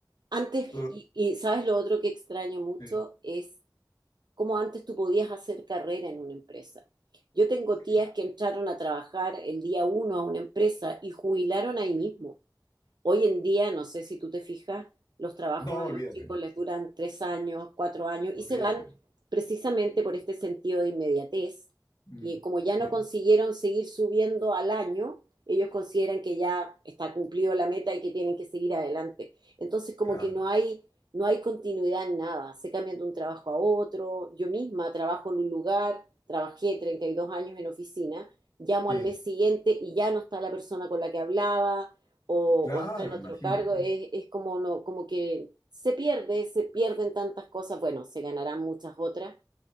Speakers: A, on the right; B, on the left.
A: Antes,
B: Tú lo-
A: y, y sabes lo otro que extraño mucho
B: sí,
A: es cómo antes tú podías hacer carrera en una empresa. Yo tengo tías
B: claro.
A: que entraron a trabajar el día uno a una empresa y jubilaron ahí mismo. Hoy en día, no sé si tú te fijas, los trabajos
B: No,
A: a
B: olvídate.
A: los chicos les duran tres años, cuatro años
B: Olvídate.
A: y se van precisamente por
B: Claro.
A: este sentido de inmediatez,
B: Mm,
A: que como ya
B: sí,
A: no consiguieron seguir subiendo al año, ellos consideran que ya está cumplido la meta y que tienen que seguir adelante. Entonces, como
B: claro.
A: que no hay, no hay continuidad en nada, se cambian de un trabajo a otro. Yo misma trabajo en un lugar, trabajé 32 años en oficina, llamo
B: Sí.
A: al mes siguiente y ya no está la persona con la que hablaba o,
B: Claro,
A: o está en otro
B: imagínate.
A: cargo, es, es como, no, como que se pierde, se pierden tantas cosas, bueno, se ganarán muchas otras.